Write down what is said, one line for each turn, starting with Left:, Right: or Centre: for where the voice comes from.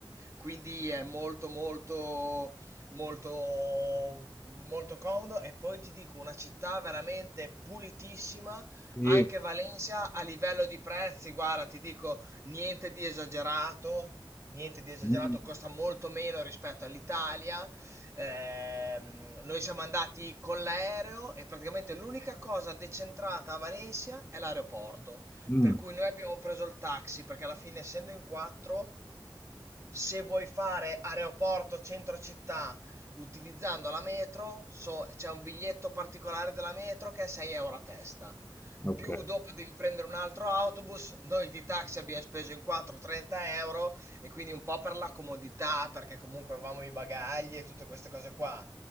Right: Quindi è molto molto molto molto comodo e poi ti dico una città veramente pulitissima,
Left: Sì.
Right: anche Valencia a livello di prezzi, guarda, ti dico niente di esagerato. Niente di esagerato,
Left: Mm,
Right: costa molto meno rispetto all'Italia. Ehm, noi siamo andati con l'aereo e praticamente l'unica cosa decentrata a Valencia è l'aeroporto.
Left: mm.
Right: Per cui noi abbiamo preso il taxi, perché alla fine essendo in quattro se vuoi fare aeroporto centro città utilizzando la metro, so- c'è un biglietto particolare della metro che è 6 euro a testa.
Left: Ok,
Right: Più dopo devi prendere un altro autobus. Noi di taxi abbiamo speso in 4 30 euro e quindi un po' per la comodità, perché comunque avevamo i bagagli e tutte queste cose qua.